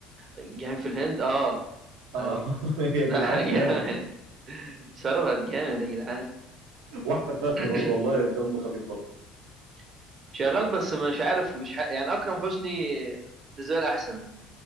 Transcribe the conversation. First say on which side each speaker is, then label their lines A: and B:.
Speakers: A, on the right; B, on the right.
A: جاي في الهند اه
B: آه
A: ايوه
B: <laughs> يا
A: لا
B: جدعان
A: <laughs>
B: جامد
A: جامد صرفت جامد يا جدعان
B: وأحمد فتحي
A: <coughs>
B: برضه والله دمه خفيف برضه
A: <clears throat> شغال بس مش عارف مش ح... يعني اكرم حسني بالنسبه لي احسن